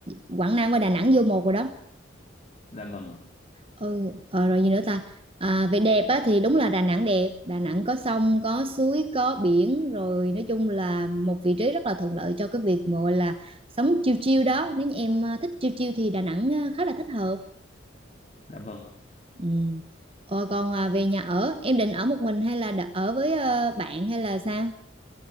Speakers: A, on the right (about 30°); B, on the left (about 35°).
A: Quảng Nam và Đà Nẵng vô một rồi đó
B: dạ vâng
A: ừ ờ, rồi gì nữa ta à, về đẹp á thì đúng là Đà Nẵng đẹp Đà Nẵng có sông có suối có biển rồi nói chung là một vị trí rất là thuận lợi cho cái việc mà gọi là sống chill chill đó nếu như em à, thích chill chill thì Đà Nẵng à, khá là thích hợp
B: dạ vâng
A: ừ. ờ, còn à, về nhà ở em định ở một mình hay là đã- ở với à, bạn hay là sao